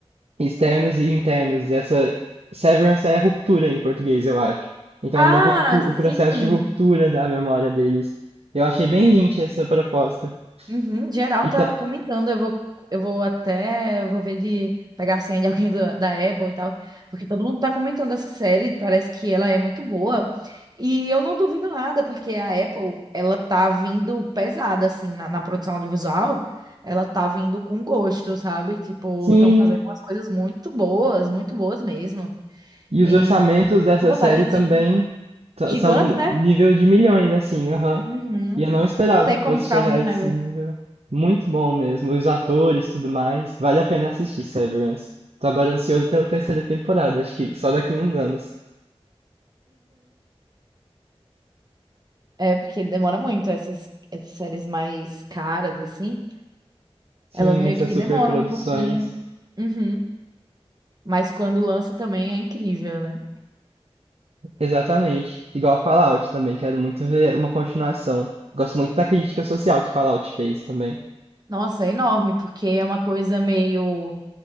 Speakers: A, on the right (about 70°); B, on the right (about 40°).
A: externos e internos. Essa severance é ruptura em português, eu acho. Então
B: Ah,
A: é uma ruptu- o processo
B: sim!
A: de ruptura da memória deles. Eu achei bem lynch essa proposta.
B: Uhum, geral
A: E
B: tá
A: ta-
B: comentando, eu vou, eu vou até, eu vou ver de pegar a senha de alguém do- da Apple e tal, porque todo mundo tá comentando essa série, parece que ela é muito boa, e eu não duvido nada, porque a Apple, ela tá vindo pesada, assim, na, na produção audiovisual, ela tá vindo com gosto, sabe? Tipo,
A: sim,
B: estão fazendo umas coisas muito boas, muito boas mesmo,
A: e
B: e
A: os orçamentos
B: dá
A: dessa
B: muita vontade
A: série
B: de assistir.
A: também t-
B: Gigante,
A: são
B: né?
A: nível de milhões, assim, aham.
B: Uhum.
A: E eu não esperava
B: Não tem
A: que
B: como
A: fosse
B: ficar
A: chegar
B: ruim,
A: a esse
B: né, velho?
A: nível. Muito bom mesmo. Os atores, tudo mais. Vale a pena assistir Severance. Tô agora ansioso pela terceira temporada, acho que só daqui a uns anos.
B: É, porque demora muito essas, essas séries mais caras, assim.
A: Sim,
B: Elas meio
A: essas
B: que
A: superproduções.
B: demoram um pouquinho. Uhum. Mas quando lança também é incrível, né?
A: Exatamente. Igual Fallout também, quero muito ver uma continuação. Gosto muito da crítica social que Fallout fez também.
B: Nossa, é enorme, porque é uma coisa meio